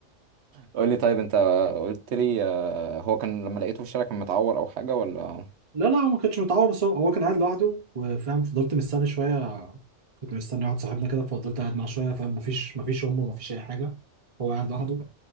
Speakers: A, on the right; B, on the right.
A: قول لي طيب انت قلت لي آه، هو كان لما لقيته في الشارع كان متعور او حاجه ولا
B: لا لا هو ما كانش متعور بس هو هو كان قاعد لوحده وفاهم فضلت مستني شويه كنت مستني واحد صاحبنا كده ففضلت قاعد معاه شويه فاهم مفيش مفيش امه مفيش اي حاجه هو قاعد لوحده